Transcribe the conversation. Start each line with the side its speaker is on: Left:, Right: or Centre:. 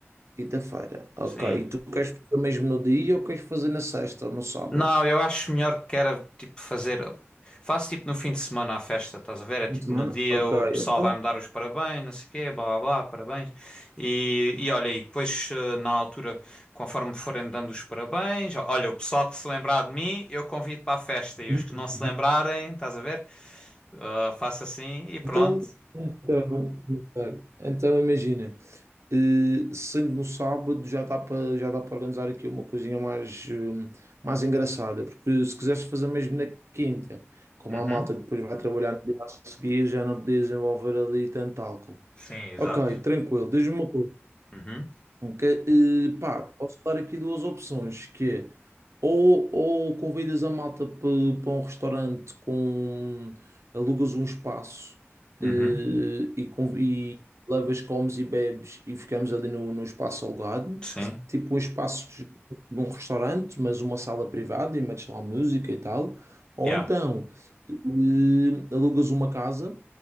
Right: quinta-feira. Ok.
Left: Sim.
Right: E tu queres fazer mesmo no dia ou queres fazer na sexta ou no sábado?
Left: Não, eu acho melhor que era tipo fazer. Faço tipo no fim de semana a festa, estás a ver? É tipo
Right: Fim de semana?
Left: no dia
Right: Ok,
Left: o pessoal
Right: então.
Left: vai-me dar os parabéns, não sei o quê, blá blá blá, parabéns. E, e olha, e depois eh, na altura, conforme forem dando os parabéns, olha, o pessoal que se lembrar de mim, eu convido para a festa e
Right: <laughs>
Left: os que não se lembrarem, estás a ver? Ah, faço assim e pronto.
Right: Então, então, então então imagina, eh, sendo no sábado já dá para já dá para organizar aqui uma coisinha mais, eh, mais engraçada, porque se quiseres fazer mesmo na quinta, como
Left: Uhum.
Right: a malta depois vai trabalhar no dia a seguir, já não podias envolver ali tanto álcool.
Left: Sim, exato.
Right: Ok, tranquilo, diz-me uma coisa.
Left: Uhum.
Right: Ok, eh, pá, posso dar aqui duas opções, que é ou, ou convidas a malta para um restaurante com alugas um espaço
Left: Uhum.
Right: eh, e, con- e levas, comes e bebes e ficamos ali no, no espaço alugado,
Left: Sim.
Right: tipo um espaço de de um restaurante, mas uma sala privada e metes lá música e tal, ou
Left: Yeah.
Right: então eh, alugas uma casa